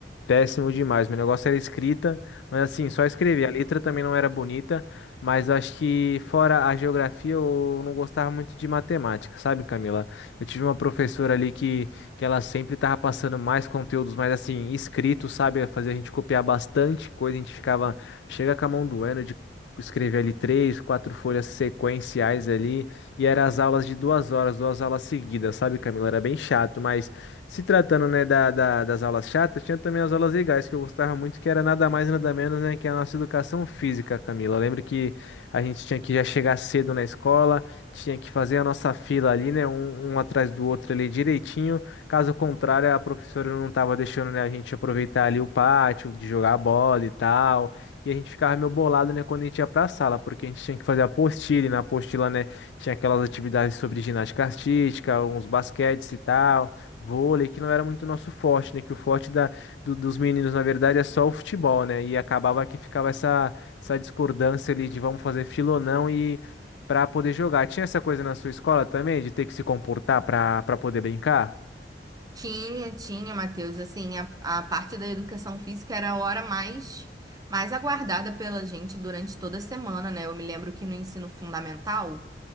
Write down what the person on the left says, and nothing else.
Péssimo demais. Meu negócio era escrita, mas assim, só escrever. A letra também não era bonita, mas eu acho que fora a geografia, eu não gostava muito de matemática, sabe, Camila? Eu tive uma professora ali que, que ela sempre tava passando mais conteúdos, mas assim, escrito, sabe? Fazia a gente copiar bastante coisa, a gente ficava, chega com a mão doendo de escrever ali três, quatro folhas sequenciais ali, e eram as aulas de duas horas, duas aulas seguidas, sabe, Camila? Era bem chato, mas. Se tratando, né, da, da- das aulas chatas, tinha também as aulas legais que eu gostava muito, que era nada mais, nada menos, né, que a nossa educação física, Camila. Eu lembro que a gente tinha que já chegar cedo na escola, tinha que fazer a nossa fila ali, né, um, um atrás do outro ali direitinho. Caso contrário, a professora não estava deixando, né, a gente aproveitar ali o pátio, de jogar bola e tal. E a gente ficava meio bolado, né, quando a gente ia pra sala, porque a gente tinha que fazer a apostila, e na apostila, né, tinha aquelas atividades sobre ginástica artística, uns basquetes e tal vôlei, que não era muito nosso forte, né? Que o forte da, do- dos meninos, na verdade, é só o futebol, né? E acabava que ficava essa, essa discordância ali de vamos fazer fila ou não e para poder jogar. Tinha essa coisa na sua escola também, de ter que se comportar para para poder brincar?